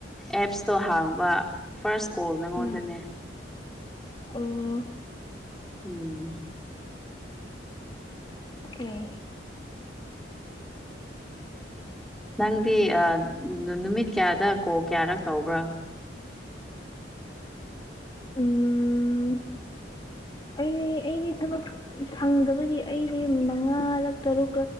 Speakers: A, in the centre; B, on the left.
A: ꯑꯦꯞꯁꯇꯣ ꯍꯥꯡꯕ ꯐꯥꯔꯁ ꯀꯣꯜ ꯅꯉꯣꯟꯗꯅꯦ
B: ꯎꯝ ꯑꯣ
A: ꯎꯝ
B: ꯑꯣ
A: ꯅꯪꯗꯤ ꯅꯨꯃꯤꯠ ꯀꯌꯥꯗ ꯀꯣꯜ ꯀꯌꯥꯔꯛ ꯇꯧꯕ꯭ꯔꯥ
B: ꯎꯝ
A: <inaudible>
B: ꯑꯩ ꯑꯩꯗꯤ ꯊꯕꯛ ꯁꯪꯗꯕꯒꯤ ꯑꯩꯗꯤ ꯃꯉꯥꯔꯛ ꯇꯔꯨꯛꯛ